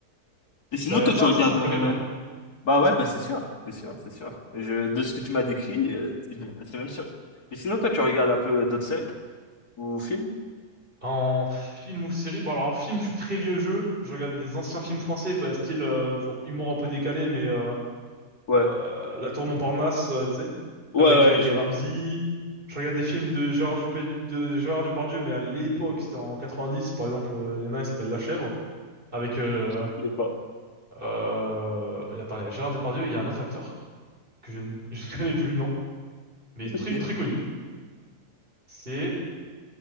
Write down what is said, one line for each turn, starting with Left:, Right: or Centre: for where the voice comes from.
Left: Et sinon
Right: Ben
Left: toi
Right: ça,
Left: tu regardes
Right: ça, ça me
Left: euh,
Right: plairait bien.
Left: Bah ouais, bah c'est sûr, c'est sûr, c'est sûr. Et Je... De ce que tu m'as décrit, euh, c'est bien, c'est même sûr. Mais sinon toi tu regardes un peu d'autres séries ou films?
Right: En film ou série, bon alors en film, je suis très vieux jeu. Je regarde des anciens films français, bah, style euh, genre, humour un peu décalé, mais euh,
Left: Ouais.
Right: euh, La Tour Montparnasse, euh, tu sais,
Left: Ouais,
Right: avec Eric
Left: ouais, je
Right: et Ramzy.
Left: vois.
Right: Je regarde des films de Gérard Dupe- de Gérard Depardieu, mais à l'époque, c'était en 90, par exemple, euh, il y en a un qui s'appelle La Chèvre, avec euh,
Left: Je connais pas.
Right: euh, et attends, il y a Gérard Depardieu, il y a un autre acteur que je ne <laughs> je ne connais plus, non, mais très
Left: Ok.
Right: très connu. C'est